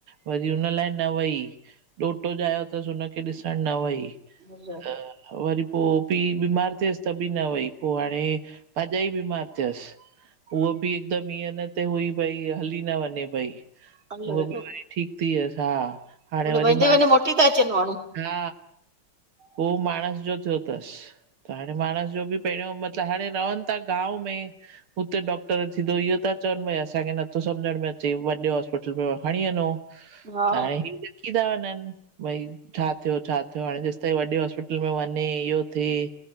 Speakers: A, on the right; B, on the right.
A: वरी हुन लाइ न वई। ॾोटो जायो तस हुनखे ॾिसण न वई।
B: अलाए
A: अ, वरी पो, पी बीमार थियस, त बि न वई। पो हाणे भाज़ाई बीमार थियस। वो बि हिकदम ईंअ न ते हुई भई, हली न वञे पई।
B: अलाए
A: उह बीमारी
B: हेॾो
A: ठीक थियस हा हाणे
B: मतलब
A: वरी
B: वेंदे
A: मांणस,
B: वेंदे मोटी था अचनि माण्हू
A: हा वो मांण़स जो थियो तस त हाणे मांण़स जो बि पेहरों मतलब हाणे रवंता ता गांव में हूते डॉक्टर सिधो इहो ता चवन भाई, असांखे नथो समझ़ में अचे, वॾे हास्पिटल में खणी वञो।
B: हा
A: हाणे ही ॾकी ता वञन। भाई, छा थियो-छा थियो। हाणे जेसताईं कंहिं वॾे हास्पिटल में वञे, इहो थे